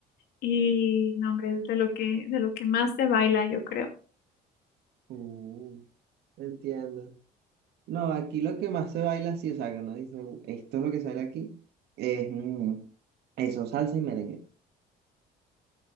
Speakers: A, on the left; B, on the right.
A: Y no, hombre, es de lo que, de lo que más se baila, yo creo.
B: Uh, entiendo. No, aquí lo que más se baila, sí, o sea, que uno dice, esto es lo que se baila aquí, es mm, eso, salsa y merengue.